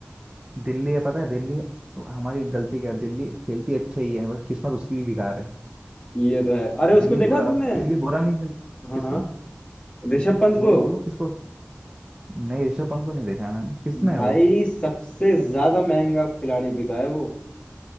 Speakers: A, on the right; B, on the left.
A: दिल्ली है पता है दिल्ली हमारी गलती क्या है दिल्ली खेलती अच्छा ही है बस किस्मत उसकी भी बेकार है
B: ये तो है अरे उसको
A: दिल्ली
B: देखा
A: बुरा
B: तुमने
A: अब दिल्ली बुरा नहीं खेल
B: हाँ
A: किसको
B: हाँ ऋषभ पंत को
A: बोलो बोलो किसको नहीं ऋषभ पंत को नहीं देखा है मैंने किस में
B: भाई
A: है वो
B: सबसे ज्यादा महंगा खिलाड़ी बिका है वो